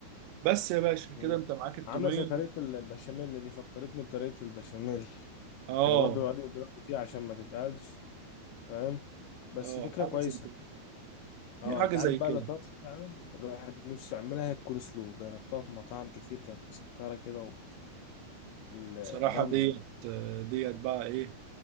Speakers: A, on the right (about 85°); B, on the left (about 90°).
A: بس يا باشا كده
B: مم.
A: انت معاك التومية
B: عامله زي طريقه ال- البشاميل اللي دي فكرتني بطريقه البشاميل
A: اه
B: كانوا برضو بيقعدوا يضربوا فيها عشان ما تتقلش فاهم بس
A: اه
B: فكره
A: حاجة
B: كويسه
A: زي كده
B: اه
A: هي حاجة
B: انت
A: زي
B: عارف بقى
A: كده
B: اللي طرش فعلا الواحد نفسه يعملها هي الكول سلو جربتها في مطاعم كتير كانت مسكره كده و- ال-
A: صراحة
B: جامده
A: ديت ديت بقى ايه